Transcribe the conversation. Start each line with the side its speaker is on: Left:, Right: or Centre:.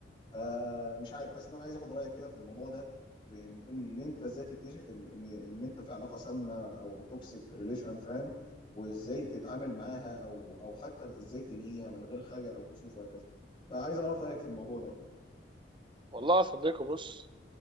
Left: آه مش عارف حاسس ان انا عايز اخد رايك كده في الموضوع ده بان ان انت ازاي تكتشف ان ان ان انت في علاقه سامه او توكسيك ريليشن فاهم وازاي تتعامل معاها او او حتى ازاي تنهيها من غير خجل او كسوف وهكذا فعايز اعرف رايك في الموضوع ده كده
Right: والله يا صديقي بص